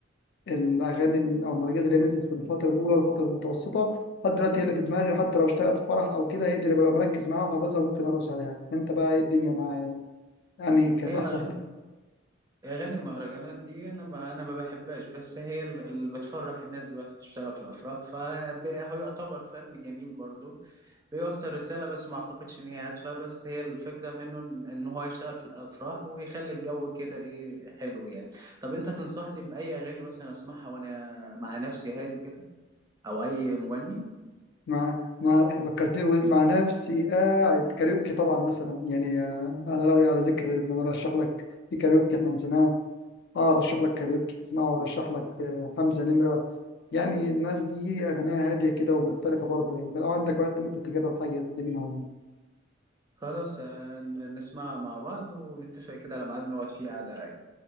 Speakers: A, on the left (about 55°); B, on the right (about 20°).
A: الاغاني ال- او المهرجانات اللي هي نزلت في الفتره الاولى والفتره المتوسطه لحد دلوقتي هي اللي في دماغي وحتى لو اشتغلت في فرح او كده هي دي اللي ببقى مركز معاها وحافظها ممكن ارقص عليها انت بقى ايه الدنيا مع يعني كانت
B: هي
A: احسن
B: الاغاني
A: فتره
B: أغاني المهرجانات دي أنا ما أنا ما بحبهاش بس هي ال- اللي بتفرح الناس دلوقتي بتشتغل في الأفراح فهو يعتبر فن جميل برضه بيوصل رسالة بس ما أعتقدش إن هي هادفة بس هي الفكرة منه إن إن هو يشتغل في الأفراح ويخلي الجو كده إيه حلو يعني طب أنت تنصحني بأي أغاني مثلا أسمعها وأنا مع نفسي هادي كده أو أي مغني
A: مع مع فكرتني بقيت مع نفسي قاعد كاريوكي طبعا مثلا يعني آه، على رايي على ذكر ان انا ارشح لك في كاريوكي احنا نسيناه اه ارشح لك كاريوكي تسمعه وارشح لك آه، حمزه نمره يعني الناس دي اغانيها هاديه كده ومختلفه برضه يعني فلو عندك وقت ممكن تجرب حاجه دي منهم يعني.
B: خلاص آه، ن- نسمع مع بعض ونتفق كده على ميعاد نقعد فيه قعدة رايقة